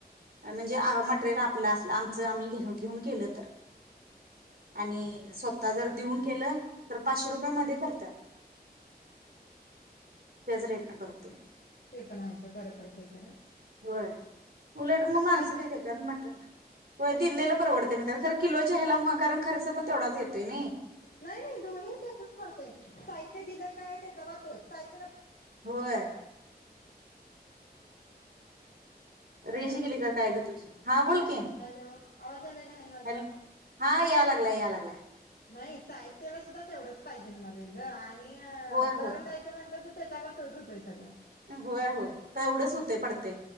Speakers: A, on the right (about 70°); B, on the left (about 70°).
A: म्हणजे मटेरियल आपलं असल आमच आम्ही घे घेऊन केलं तर आणि स्वत जर देऊन केलं तर पाचशे रुपया मध्ये करत्यात, त्याच रेट न करतोय.
B: ते पण हायच सोड बरं पडतय खरं.
A: होय उलट मग माणसं
B: साहित्य
A: काय करत्यात
B: दिल
A: अ मटरेल होय दिल्लेला परवडते मी तर खरं किलोच्या ह्याला मग कारण खर्च पण तेवढाच येतोय नई.
B: नाही नाही दोन्ही तसच पडतंय साहित्य दिलं काय त्याचा बा तोच. साहित्यला
A: व्हय
B: हॅलो
A: रेंज गेली का काय ग तुझी हा बोल की
B: हॅलो आवाज आलाय का नाही माझा
A: हॅलो हा या लागलाय या लागलाय.
B: नाही साहित्यला सुद्धा तेवढंच पाहिजे. म्हणालोय ग.
A: होय होय
B: करून द्यायच म्हटले तर तेचा बा तोच होतोय सगंळ
A: होय होय तेवढंच होते पडते,